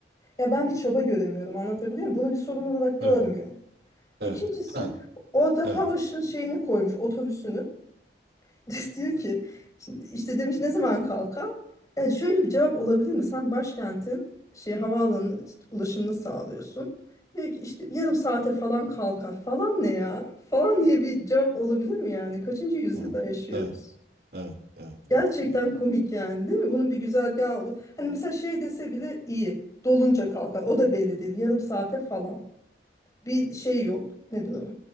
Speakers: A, on the left; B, on the right.
A: Ya ben bir çaba göremiyorum anlatabiliyor muyum? Bunu bir sorun olarak görmüyor.
B: evet.
A: İkincisi
B: Evet. Ha,
A: orada
B: evet.
A: Havaş'ın şeyini koymuş otobüsünü. <laughs> Diyor ki şimdi işte demiş ne zaman kalkar? Yani şöyle bir cevap olabilir mi? Sen başkentin şey havaalanının işte ulaşımını sağlıyorsun. Diyor ki işte yarım saate falan kalkar falan ne ya? Falan diye bir cevap olabilir mi yani? Kaçıncı yüzyılda
B: Hı.
A: yaşıyoruz?
B: Evet, evet, evet,
A: Gerçekten
B: evet, evet.
A: komik yani değil mi? Bunun bir güzergahı olur. Hani mesela şey dese bile iyi. Dolunca kalkar. O da belli değil. Yarım saate falan. Bir şey yok. Nedir o?